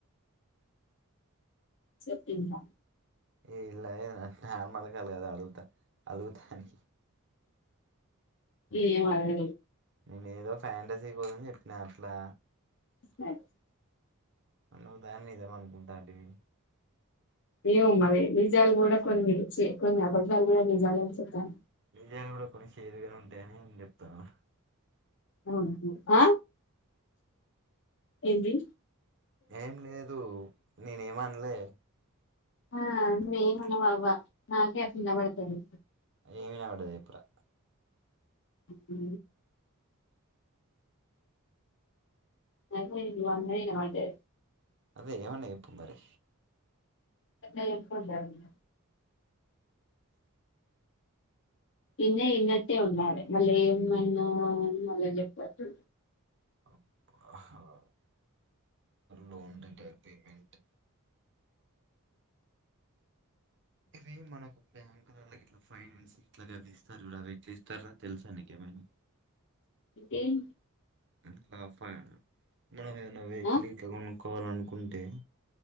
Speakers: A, on the left; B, on the right.
A: చెప్పు ఇంకా
B: ఏ ఇలా నార్మల్ కాల్ కదా అడుగుతా అలు ధనీ
A: ఏ వాళ్ళ
B: నేను ఏదో ఫ్యాంటసీ పోదని చెప్పినా అట్లా
A: సరే
B: అ నువ్వు దాన్ని నిజమనుకుంటాంటివి
A: ఏం అవే నిజాలు కూడా కొన్ని కొన్ని అబద్ధాలు కూడా నిజాలు చతాను
B: నిజాలు కూడా కొన్ని చేదుగానే ఉంటాయని నేను చెప్తాను
A: అవును ఆ ఏంది
B: ఏం లేదు నేను ఏం ఆనలే
A: నువ్వు ఏం అనావ్ అవ్వ నాకే అట్లా వినబడతాది
B: ఏం వినబడ్డాది చెప్పురా
A: ఉ నాకె నువ్వు అన్నది. వినబడ్డది
B: అదే ఏమన్నా చేప్పు మరి
A: గట్ల చెప్పద్దు అగు ఇగ ఇన్నయి ఇన్నట్టే ఉండాలే మళ్ళ ఏమన్నవ్ మళ్ళ చెప్పద్దు
B: అబ్బా లోన్ డిటెక్ట్ పేమెంట్ ఇవి మనకు బ్యాంకులల్ల గిట్ల ఫైనాన్స్ ఇట్లా గావి ఇస్తారు. చూడు అవి ఏట్లా ఇస్తారా తెలుసా నీకు ఏమైనా
A: ఇకేం
B: ఇంట్ల ఫై మనం ఏదన్న వెకిల్
A: ఆ
B: గిట్ల కొను కోవాలనుకుంటే